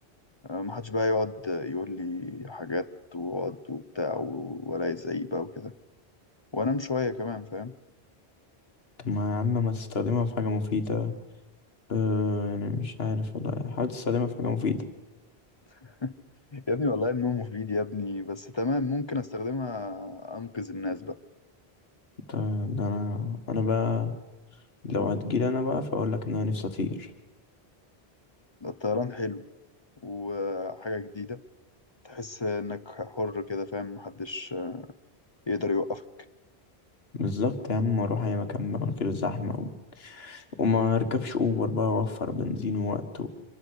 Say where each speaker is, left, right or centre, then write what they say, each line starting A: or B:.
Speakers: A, on the left (about 30°); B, on the left (about 70°).
A: آه، محدش بقى يقعد يقول لي حاجات وقعد وبتاع و- ولا يزعيق بقى وكده وأنام شوية كمان فاهم
B: طب ما يا عم ما تستخدمها في حاجة مفيدة اه يعني مش عارف والله حاول تستخدمها في حاجة مفيدة
A: <laughs> يا ابني والله النوم مفيد يا ابني بس تمام ممكن أستخدمها أنقذ الناس بقى
B: ده, ده انا انا بقى لو هتجيلي انا بقى فاقول لك ان انا نفسي اطير
A: ده الطيران حلو وحاجة جديدة تحس انك حر كده فاهم محدش يقدر يوقفك
B: بالظبط يا عم اروح اي مكان بقى من غير زحمة و... وما اركبش اوبر بقى واوفر بنزين ووقت